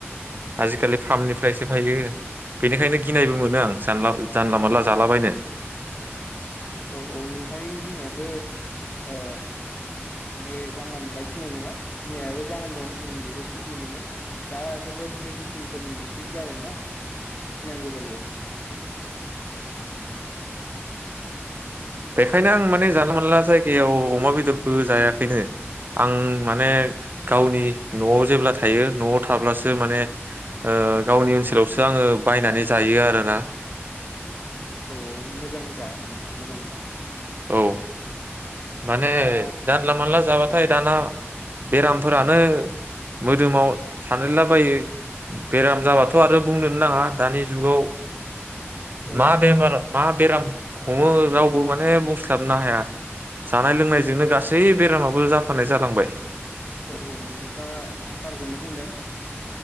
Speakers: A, on the right (about 45°); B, on the left (about 35°).
A: आजिखालि फार्मनिफ्रायसो फायो बेनिखायनो गिनायबो मोनो आं जानला जानला मोनला जालाबायनो
B: औ औ नोंथांनि गिनायाबो ओ माने जानला मोनला गिनाय नङा गिनायाबो जाहोन दं जों बेखौ बुजिनो मोनदों दा जों जोबोद मेदिसिनफोरनि जुग जाबायना गिनांगौ जायो।
A: <inaudible> बेखायनो आं माने जानला मोनला जायगायाव अमा बेदरखौ जायाखैनो आं माने गावनि नआव जेब्ला थायो नआव थाब्लासो माने ओ गावनि ओनसोलावसो आङो बायनानै जा यो आरो आरो ना
B: औ औ मोज जां नोंथां मोजांनो दा
A: औ माने
B: दा
A: जानला मानला जाबाथाय दाना बेरामफोरानो मोदोमाव सानेनलाबायो बेराम जाबाथ आरो बुंनोनो नाङा दानि जुगाव
B: औ
A: मा बेमार मा बेराम हमो रावबो माने बुं स्लाबनो हाया जानाय लोंनायजोंनो गासै बेरामाबो जाफानाय जालांबाय।
B: औ औ नोंथाङा थारखोनो बुंदों।